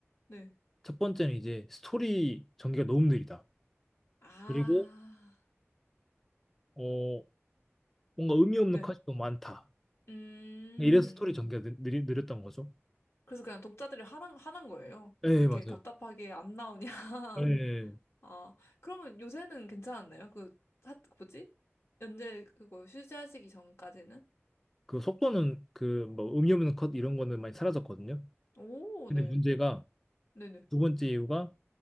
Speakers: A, on the left; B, in the centre.
A: 네.
B: 첫 번째는 이제 스토리 전개가 너무 느리다.
A: 아,
B: 그리고, 어, 뭔가 의미 없는
A: 네.
B: 컷이 너무 많다.
A: 음,
B: 그러니까 이래서 스토리 전개가 느, 느리, 느렸던 거죠.
A: 그래서 그냥 독자들이 화난, 화난 거예요.
B: 네
A: 왜 이렇게
B: 맞아요.
A: 답답하게 안 나오냐. <laughs>
B: 네
A: 아, 그러면 요새는 괜찮았나요? 그, 하, 뭐지? 연재 그거 휴지하시기 전까지는?
B: 그 속도는 그 뭐 의미 없는 컷 이런 거는 많이 사라졌거든요.
A: 오,
B: 근데
A: 네.
B: 문제가
A: 네네.
B: 두 번째 이유가